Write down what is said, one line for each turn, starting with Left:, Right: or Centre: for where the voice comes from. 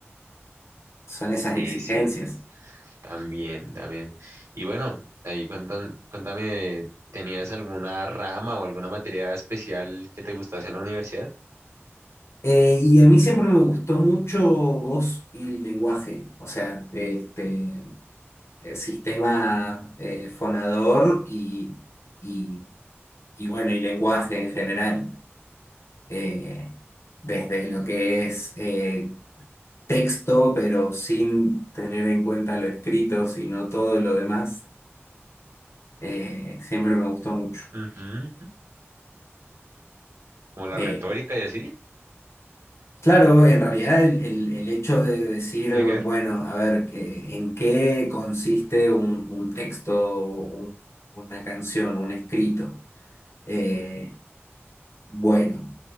Left: son esas
Right: sí,
Left: exigencias.
Right: sí. También, también. Y bueno, ahí cuentan, cuéntame, ¿tenías alguna rama o alguna materia especial que te gustase en la universidad?
Left: Eh, y a mí siempre me gustó mucho voz y lenguaje, o sea, este, eh, sistema eh, fonador y, y, y, bueno, y lenguaje en general, eh, desde lo que es eh, texto, pero sin tener en cuenta lo escrito, sino todo lo demás, eh, siempre me gustó mucho.
Right: Ujú, Como la
Left: Eh,
Right: retórica y así,
Left: claro, en realidad el, el- el hecho de decir,
Right: ¿tiene que ver?
Left: bueno, a ver, que- ¿en qué consiste un, un texto, o un- una canción, un escrito? Eh, bueno.